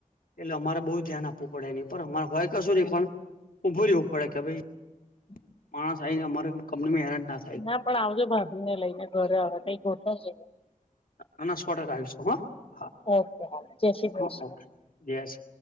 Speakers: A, on the left; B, on the left.
A: એટલે અમારે બહુ ધ્યાન આપવું પડે એની પર અમારે હોય કસોરી પણ ઉઊભું રવું પડે કે ભાઈ
B: <unintelligible>
A: માણસ <unintelligible> સારે કંનીમે હરાના
B: ના પણ આવજો ભાભી ને લઈને ઘરે હ કઈ ગોઠવજે
A: ના ના સો ટકા આવીશું હા હા
B: ઓકે જય શ્રી
A: હા
B: ક
A: ઓકે જય શ્રી